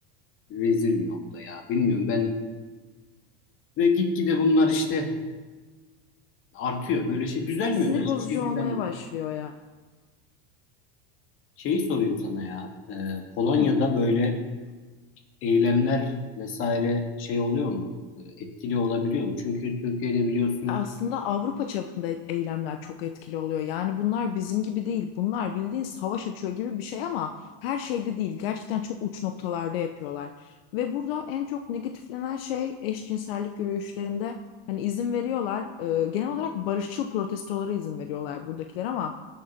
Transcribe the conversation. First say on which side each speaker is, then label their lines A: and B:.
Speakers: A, on the left; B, on the left.
A: rezil bir nokta ya. Bilmiyorum ben ve gitgide bunlar işte artıyor. Böyle şey düzelmiyor
B: Sinir
A: da hiçbir
B: bozucu
A: şey
B: olmaya
A: düzelmiyor.
B: başlıyor ya.
A: Şeyi sorayım sana ya. Ee, Polonya'da
B: Hı.
A: böyle eylemler vesaire şey oluyor mu? Ee, etkili olabiliyor mu? Çünkü Türkiye'de biliyorsun
B: Aslında Avrupa çapında et- eylemler çok etkili oluyor. Yani bunlar bizim gibi değil. Bunlar bildiğin savaş açıyor gibi bir şey ama her şeyde değil. Gerçekten çok uç noktalarda yapıyorlar. Ve burada en çok negatiflenen şey eşcinsellik yürüyüşlerinde hani izin veriyorlar. Ee, genel olarak barışçıl protestolara izin veriyorlar buradakiler ama